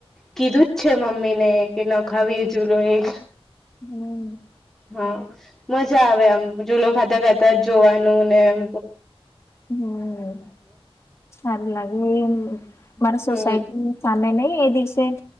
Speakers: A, in the centre; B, on the left.
A: કીધું જ છે મમ્મી ને કે ન ખાવીએ જુલો એક.
B: હમ.
A: હા. મજા આવે આમ ઝૂલો ખાતા ખાતા જ જોવાનું ને એમ.
B: હમ, સારું લાગે એ મારા
A: હમ
B: સોસાયટી સામે નહ એ દિવસે,